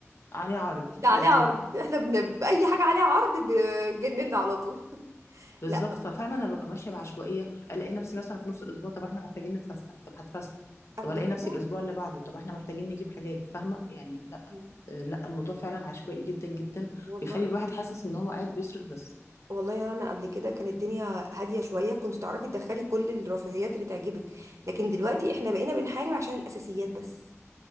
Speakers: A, on the left; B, on the right.
A: عليه عرض
B: ده عليه
A: بالظبط
B: عرض احنا بن... بأي حاجة عليها عرض بجننا على طول
A: بالظبط
B: لا
A: ففعلا انا ببقى ماشيه بعشوائيه الاقي نفسي مثلا في نص الاسبوع طب احنا محتاجين نتفسح طب هتفسح
B: قبل
A: طب الاقي
B: كده
A: نفسي الاسبوع اللي بعده طب احنا محتاجين نجيب حاجات فاهمه يعني لا
B: مم.
A: آه، لا الموضوع فعلا عشوائي جدا جدا
B: والله
A: بيخلي الواحد حاسس ان هو قاعد بيصرف بس
B: والله يا رنا قبل كده كانت الدنيا هادية شوية كنت تعرفي تدخلي كل الرفاهيات اللي تعجبك لكن دلوقتي احنا بقينا بنحارب عشان الأساسيات بس